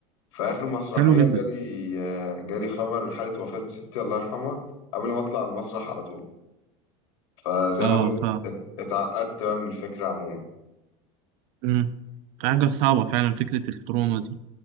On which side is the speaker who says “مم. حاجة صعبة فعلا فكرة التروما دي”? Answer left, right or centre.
Right